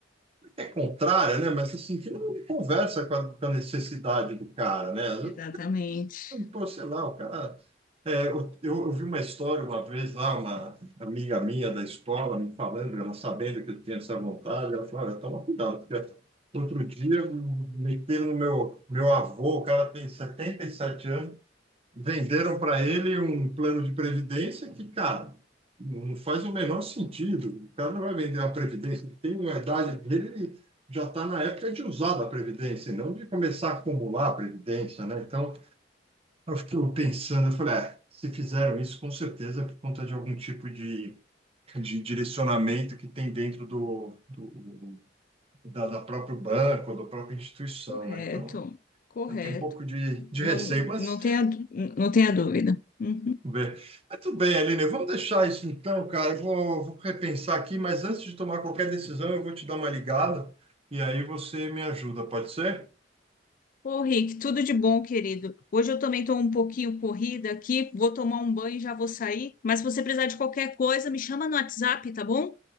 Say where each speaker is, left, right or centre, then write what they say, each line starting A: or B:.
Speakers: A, on the right; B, on the left.
A: é contrária, né? Mas assim, que não conversa com a, com a necessidade do cara, né? Às vezes,
B: Exatamente.
A: Pô, sei lá, o cara é, eu, eu ouvi uma história uma vez lá, uma amiga minha da escola me falando, ela sabendo que eu tinha essa vontade, ela falou, olha, toma cuidado, porque outro dia meteram no meu, meu avô, o cara tem 77 anos, venderam para ele um plano de previdência que, cara, não faz o menor sentido. O cara não vai vender uma previdência, ele tem uma idade dele, ele já está na época de usar da previdência, e não de começar a acumular a previdência, né? Então, eu fiquei pensando, eu falei, ah, se fizeram isso, com certeza é por conta de algum tipo de, de direcionamento que tem dentro do, do da, da próprio banco, da própria instituição,
B: Correto,
A: né? Então,
B: correto.
A: eu tenho um pouco de, de
B: Não,
A: receio, mas
B: não tenha, não tenha dúvida. Uhum.
A: vamos ver. Mas tudo bem, Aline, vamos deixar isso então, cara. Eu vou, vou repensar aqui, mas antes de tomar qualquer decisão, eu vou te dar uma ligada e aí você me ajuda, pode ser?
B: Ô, Rick, tudo de bom, querido. Hoje eu também estou um pouquinho corrida aqui, vou tomar um banho e já vou sair. Mas se você precisar de qualquer coisa, me chama no WhatsApp, tá bom?